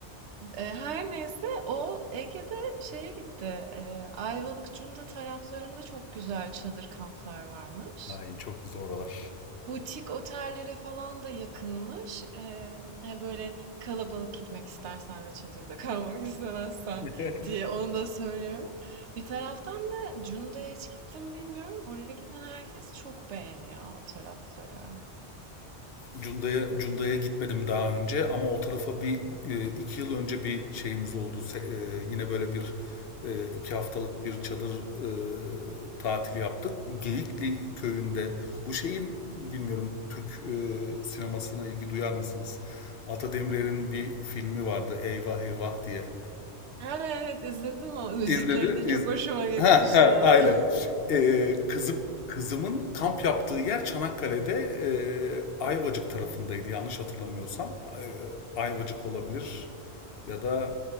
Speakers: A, on the right; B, on the left.
A: E, her neyse o Ege'de şeye gitti. E, Ayvalık Cunda taraflarında çok güzel çadır kamplar varmış.
B: Ay çok güzel oralar.
A: Butik otellere falan da yakınmış. Eee, hani böyle kalabalık gitmek istersen ve çadırda kalmak <laughs> istemezsen
B: <laughs>
A: diye onu da söylüyorum. Bir taraftan da Cunda'ya hiç gittim bilmiyorum. Oraya giden herkes çok beğeniyor o tarafları.
B: Cunda'ya Cunda'ya gitmedim daha önce ama o tarafa bir e, iki yıl önce bir şeyimiz oldu. e, yine böyle bir e, iki haftalık bir çadır e, tatil yaptık. Geyikli köyünde bu şeyin bilmiyorum Türk e, sinemasına ilgi duyar mısınız? Ata Demirer'in bir filmi vardı Eyvah Eyvah diye.
A: Ha, evet izledim o. Müzikleri
B: İzledi.
A: de
B: iz-
A: çok hoşuma gitmişti
B: Ha ha
A: o.
B: aynen.
A: <laughs>
B: Ee, kızım kızımın kamp yaptığı yer Çanakkale'de e, Ayvacık tarafındaydı yanlış hatırlamıyorsam. Ee, Ayvacık olabilir ya da